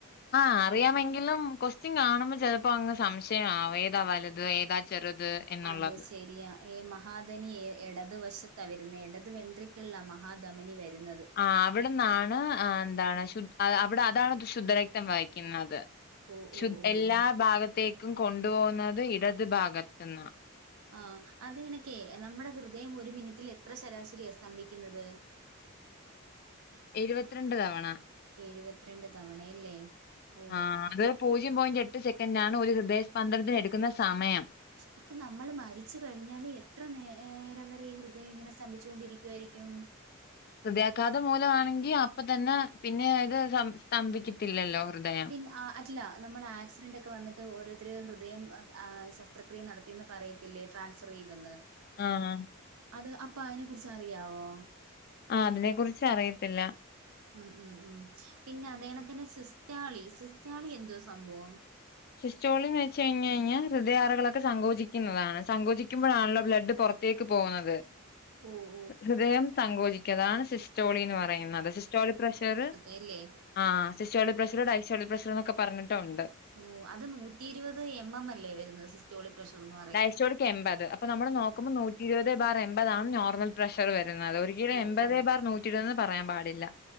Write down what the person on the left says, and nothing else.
ആഹ അറിയാമെങ്കിലും ക്യുഎസ്ടിയൻ കാണുമ്പോ ചിലപ്പോ അങ്ങ് സംശയംമാവും ഏതാ വലുത് ഏതാ ചെറുത് എന്നുള്ളത്.
ആ അവിടെന്നാണ് എന്താണ് ശു അവിടെ അതാണ് ശുദ്ധരക്തം ക്കുന്നത്
ശു
എല്ലാ
ഭാഗത്തേക്കും കൊണ്ടു പോവുന്നത് ഇടത് ഭാഗത്ത്ന്നാ
എഴ്‌വത്രണ്ട് തവണ
ആ അത് പൂജ്യം പോയിന്റ് എട്ട് സെക്കൻറ് ആണ് ഒരു ഹൃദയസ്പന്ദനത്തിന് എട്ക്ക്ന്ന സമയം
ഹൃദയാഘാതം മൂലവാണെങ്കി അപ്പൊ തന്നെ പിന്നെ അത് സ്ത സ്തംഭിക്കത്തില്ലല്ലോ ഹൃദയം
ആഹ്
ആ അതിനെ കുറിച്ച് അറിയത്തില്ല.
സിസ്റ്റോളിന്ന് വെച്ച് കഴിഞ് കഴിഞ്ഞാ ഹൃദയാറകളൊക്കെ സങ്കോചിക്ക്ന്നതാണ് സങ്കോചിക്കുമ്പോഴാണല്ലോ ബ്ലഡ് പൊറ ത്തേക്ക് പോവുന്നത്
ഹൃദയം സങ്കോചിക്ക അതാണ് സിസ്റ്റോളീന്ന് പറയുന്നത് സിസ്റ്റോളി പ്രഷർ
ആഹ് സിസ്റ്റോളിക്ക് പ്രഷറ് ഡയസ്‌റ്റോളിക് പ്രഷർന്നൊക്കെ പറഞ്ഞിട്ടുണ്ട്.
ഡയസ്‌റ്റോളിക് എൺപത് അപ്പൊ നമ്മള് നോക്കുമ്പോ നൂറ്റിരുവത് ബാർ എൺപതാണ് നോർമൽ പ്രഷ റ് വരുന്നത് ഒരിക്കലും
എൺപതേ
ബാർ നൂറ്റി ഇരുപത് ന്ന് പറയാൻ പാടില്ല.